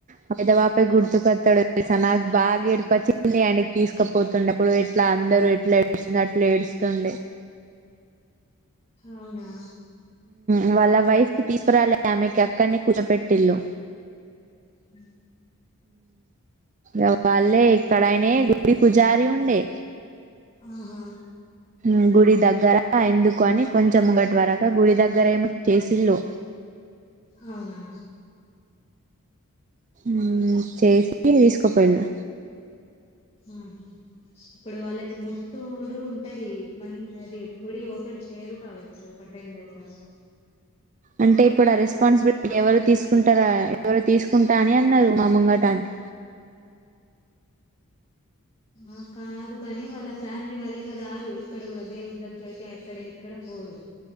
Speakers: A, on the right (about 35°); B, on the left (about 25°).
A: పదవాపే గుర్తుకొత్తాడు నాకు బాగా ఏడుపొచ్చి ఆయనకి తీసుకుపోతుండ ఇప్పుడు ఎట్లా అందరు ఎట్లా ఏడుస్తుంది అట్లా ఏడుస్తుండే
B: అవునా
A: ఉ వాళ్ల వైఫ్ కి తీసుకురాలే ఆమెకి అక్కడనే కూర్చోబెట్టి ఇల్లు
B: ఉ
A: ఉ వాళ్లే ఇక్కడైనే గుడి పూజారి ఉండే
B: ఆహా
A: ఉ గుడి దగ్గర ఎందుకు అని కొంచెం ముంగట వరక గుడి దగ్గర ఏమో చేసిల్లు
B: అవునా
A: ఉ చేసి తీసుకుపో వెళ్ళు
B: ఉహు ఇప్పుడు వాళ్ళకి ముట్టుడు ఉంటది మంది అది గుడి ఓపెన్ చేరు కావచ్చు ఒక టెన్ డేస్ దాకా
A: అంటే ఇప్పుడు ఆ రెస్పాన్సిబిలిటీ ఎవరు తీసుకుంటారా ఎవరు తీసుకుంటా అని అన్నారు మా ముంగట ఆంటీ
B: ఆ కాదు కాని వాళ్ల ఫ్యామిలీ వాళ్ళీ క రారు ఇక్కడ కూడా దేవుడి దగ్గరకి అక్కడ ఎక్కడ పోరు